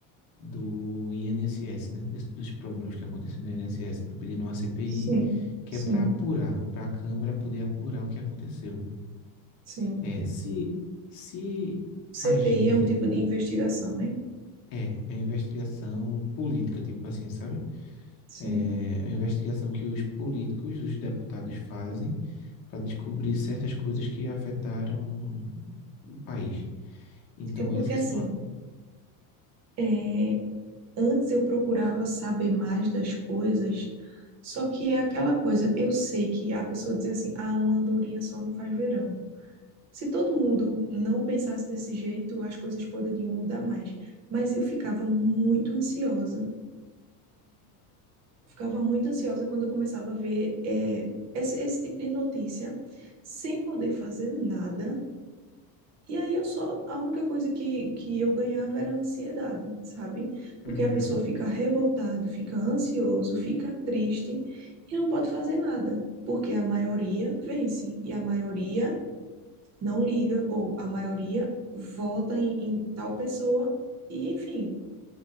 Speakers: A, on the left; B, on the right.
A: do INSS, né? Des- dos problemas que aconteceram no INSS. Estão pedindo uma CPI
B: sim,
A: que
B: sim,
A: é para apurar, para a Câmara poder apurar o que aconteceu.
B: sim.
A: É, se, se a
B: CPI
A: gente
B: é um tipo de investigação, né?
A: é, é investigação política, tipo assim, sabe?
B: Sim.
A: É uma investigação que os políticos, os deputados fazem para descobrir certas coisas que afetaram o país. Então,
B: É porque
A: essa
B: assim,
A: situação.
B: é, antes eu procurava saber mais das coisas, só que é aquela coisa, eu sei que a pessoa diz assim, ah, uma andorinha só não faz verão. Se todo mundo não pensasse desse jeito, as coisas poderiam mudar mais. Mas eu ficava muito ansiosa Eu ficava muito ansiosa quando eu começava a ver eh, esse, esse tipo de notícia, sem poder fazer nada. E aí eu só, a única coisa que, que eu ganhava era ansiedade, sabe? Porque
A: Uhum.
B: a pessoa fica revoltada, fica ansioso, fica triste e não pode fazer nada, porque a maioria vence e a maioria não liga, ou a maioria vota em, em tal pessoa, e enfim,